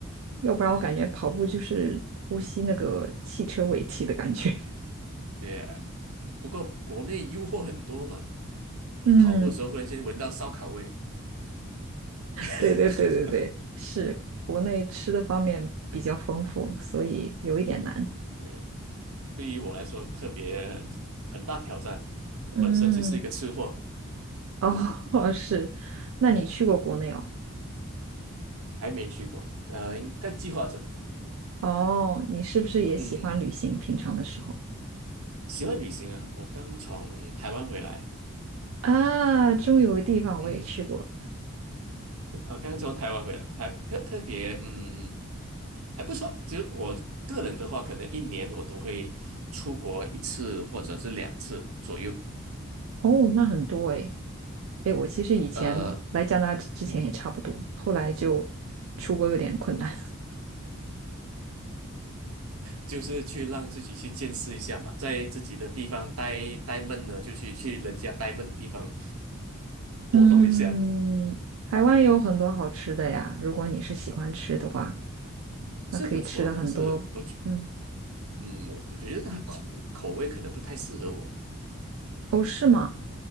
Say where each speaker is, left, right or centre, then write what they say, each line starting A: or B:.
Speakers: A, on the right; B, on the right.
A: 要不然我感觉跑步就是呼吸那个汽车尾气的感觉。
B: 嗯，对啊，不过国内诱惑很多嘛。你跑步的时候忽然间闻到烧烤味，
A: <laughs> 嗯，
B: <laughs>
A: 对对对对对，是国内吃的方面比较丰富，所以有一点难。
B: 对，对于我来说特别很大挑战。我本身就是一个吃货，
A: 嗯，哦，<laughs> 是，那你去过国内哦？
B: 还没去过，呃，应该计划着。
A: 哦，你是不是也喜欢旅行？
B: 嗯，
A: 平常的时候
B: 喜欢旅行啊，我刚从台湾回来，
A: 啊，终于有个地方我也去过。
B: 嗯，我刚从台湾回来，还特特别，嗯嗯，还不错。只有我个人的话，可能一年我都会出国一次或者是两次左右。
A: 哦，那很多诶。诶，我其实以前来加拿大之前也差不多，
B: 呃，嗯，
A: 后来就出国有点困难。
B: 就是去让自己去见识一下嘛，在自己的地方呆呆闷了，就去去人家呆闷的地方
A: <laughs>
B: 活动一下，
A: 嗯，台湾也有很多好吃的呀，如果你是喜欢吃的话，那可以吃的很多。
B: 是不错。但是我觉，
A: 嗯，
B: 嗯，我觉得它口口味可能不太适合我，
A: 哦，是吗？